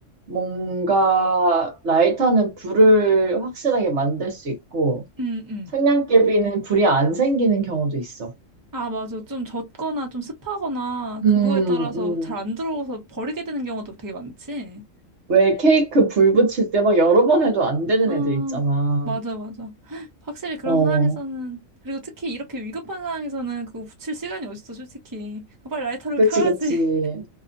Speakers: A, on the right; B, on the right.
A: 뭔가 라이터는 불을 확실하게 만들 수 있고
B: 음. 음. 음.
A: 성냥개비는 불이 안 생기는 경우도 있어.
B: 아, 맞아. 좀 젖거나 좀 습하거나
A: 음,
B: 그거에 따라서
A: 음.
B: 잘 안 들어오서 버리게 되는 경우도 되게 많지.
A: 왜 케이크 불 붙일 때 막 여러 번 해도 안 되는
B: 아,
A: 애들 있잖아.
B: 맞아, 맞아. <laughs> 확실히 그런
A: 어.
B: 상황에서는, 그리고 특히 이렇게 위급한 상황에서는 그거 붙일 시간이 어딨어, 솔직히. 빨리 라이터를
A: 그치,
B: 켜야지.
A: 그치,